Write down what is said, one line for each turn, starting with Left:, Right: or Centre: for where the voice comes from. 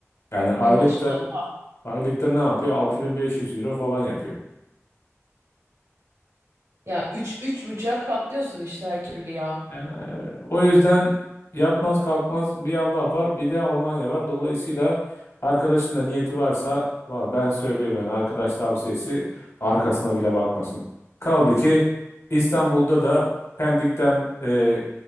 Left: Yani aylıkta
Right: E, maşallah.
Left: aylıkta ne yapıyor? 6500 euro falan yapıyor.
Right: Ya üç, üç buçuğa katlıyorsun işte her türlü ya.
Left: Ee, O yüzden yatmaz kalkmaz bir Allah var bir de Almanya var. Dolayısıyla arkadaşın da niyeti varsa valla ben söylüyorum yani arkadaş tavsiyesi arkasına bile bakmasın. Kaldı ki İstanbul'da da Pendik'ten e,